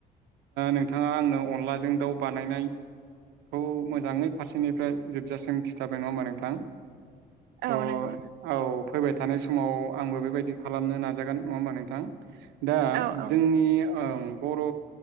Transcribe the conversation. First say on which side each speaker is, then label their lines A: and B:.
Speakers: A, on the right (about 90°); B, on the right (about 65°).
A: नोंथाङा आंनो अनलाजों दाउ बानायनाय खौ मोजाङै फारसेनिफ्राय जोबजासिम खिन्थाबाय नङा होमबा नोंथां? थ'
B: औ नोंगौ।
A: औ फैबाय थानाय समाव आंबो बेबायदि खालामनो नाजागोन नङा होमबा नोंथां? दा
B: औ औ
A: जोंनि बर'